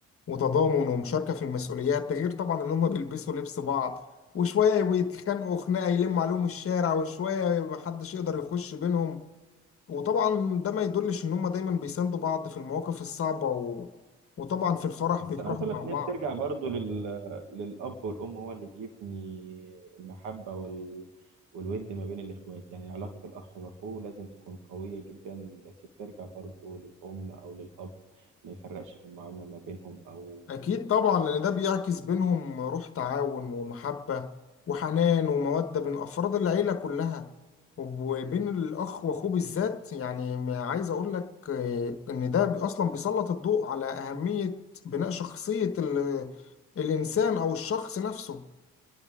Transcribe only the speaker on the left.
وتضامن ومشاركة في المسؤوليات ده غير طبعا إن هم بيلبسوا لبس بعض وشوية بيتخانقوا خناقة يلموا عليهم الشارع وشوية محدش يقدر يخش بينهم وطبعا ده ما يدلش إن هم دايما بيساندوا بعض في المواقف الصعبة و... وطبعا في الفرح
بيفرحوا
مع
بعض
أكيد طبعا لأن ده بيعكس بينهم روح تعاون ومحبة وحنان ومودة بين أفراد العيلة كلها وبين الأخ وأخوه بالذات يعني ما عايز أقول لك آه، إن ده أصلا بيسلط الضوء على أهمية بناء شخصية ال- الإنسان أو الشخص نفسه